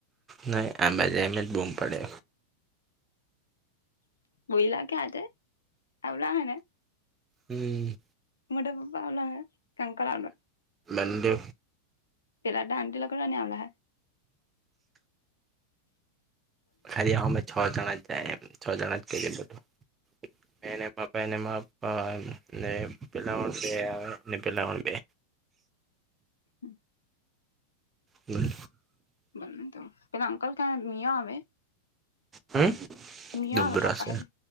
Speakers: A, on the right; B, on the left.
A: નહી એમ જ એમ જ બુમ પાડે
B: બહીલા કે હાતે હા ઓલા હોને
A: હમ
B: મોટા પપ્પા આવલા હે કંકલ આવલા
A: બંદુ
B: પેલા ડાન્તિ લોકો ની આવેલા હે
A: ખલી અમે છ જણા જાયે છ જણા તે મેને બાપાને માપ ને પેલા બે આવે પેલા બે
B: હમ
A: હમ
B: બ તો પેલા અંકલ ક્યાં મિયા આવે
A: હમ
B: મિયા
A: ડબબરશે
B: આવે કાપા હારુ